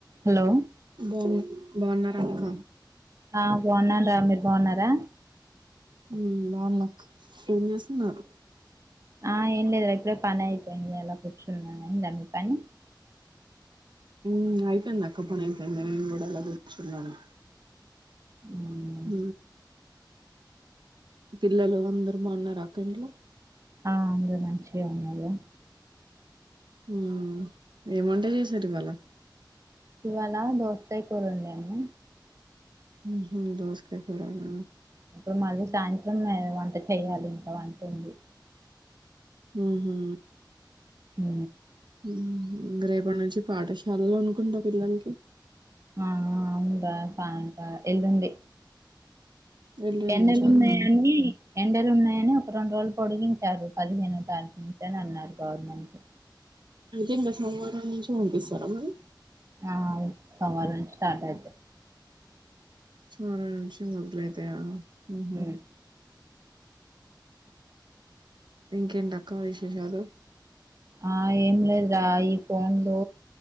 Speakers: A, on the right; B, on the right.
A: Hello
B: ఏం బావున్నారా అక్క?
A: ఆ బావున్నారా, మీరు బావున్నారా?
B: హు బావున్నాం. ఏం చేస్తున్నారు?
A: ఆ ఏం లేదు ఇప్పుడే పని అయిపోయింది. అలా కూర్చున్నా అయిందా మీ పని?
B: హు అయిపోయింది అక్క పని అయిపోయింది. నేను కూడా అలా కూర్చున్నాను.
A: మ్మ్.
B: ఉ పిల్లలు అందరు బావున్నార అక్క ఇంట్లో?
A: ఆ అందురూ మంచిగానే ఉన్నారు.
B: హు ఏం వంట చేసారు ఇవాళ?
A: ఇవాళ దోసకాయ కూర వండాను.
B: ఉహు దోసకాయ కూరన
A: ఇప్పుడు మళ్ళీ సాయంత్రం మే వంట చేయాలి ఇంకా వంట ఉంది
B: ఉహు
A: ఉ
B: ఇంగ రేపటి నుంచి పాఠశాలలో అనుకుంటా పిల్లలకి
A: ఆ అవును రా పాంట ఎల్లుండి
B: ఎల్లుండి
A: ఎండలున్నాయని
B: నుంచా అక్క
A: ఎండలున్నాయని ఒక రెండు రోజులు పొడిగించారు పదిహేనో తారీఖు నుంచి అనన్నారు గవర్నమెంట్
B: అయితే ఇంకా సోమవారం నుంచి పంపిస్తారా మరి
A: ఆ సోమవారం నుంచి స్టార్ట్ అయితయ్
B: ఉ నిమిషం మొదలైతయా ఉహు
A: మ్మ్.
B: ఇంకేంటక్క విశేషాలు
A: ఆ ఏం లేదరా ఈ ఫోన్లు